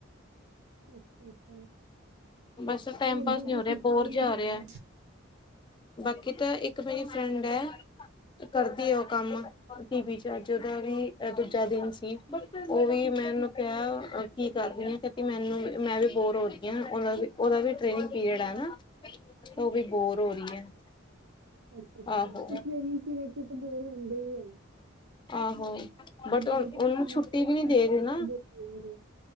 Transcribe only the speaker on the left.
ਬਸ ਟਾਈਮ
ਪਾਸ ਨਹੀਂ
ਹੋ ਰਿਹਾ
ਬੋਰ
ਜਾ
ਹੋ ਰਿਹਾ। ਬਾਕੀ ਤਾਂ ਇੱਕ ਮੇਰੀ ਫਰੈਂਡ ਹੈ। ਕਰਦੀ ਹੈ ਉਹ ਕੰਮ ਟੀ ਵੀ 'ਚ ਅੱਜ ਦਾ ਵੀ ਦੂਜਾ ਦਿਨ ਸੀ। ਉਹ ਵੀ ਮੈਂ ਮੈਨੂੰ ਕਿਹਾ ਕੀ ਕਰਦੀ ਹ ਕ ਮੈਨੂੰ ਵੀ ਮੈਂ ਵੀ ਬੋਰ ਹੋ ਰਹੀ ਹਾਂ ਉਹਦਾ ਵੀ ਟਨਿੰਗ ਪੀਰੀਅਡ ਹੈ ਨਾ। ਉਹ ਵੀ ਬੋਰ ਹੋ ਰਹੀ ਹੈ
ਆਹੋ
ਆਹੋ ਬਟ
ਉਹਨੂੰ
ਛੁੱਟੀ
ਵੀ ਨਹੀਂ
ਦੇ ਰਹੇ
ਨਾ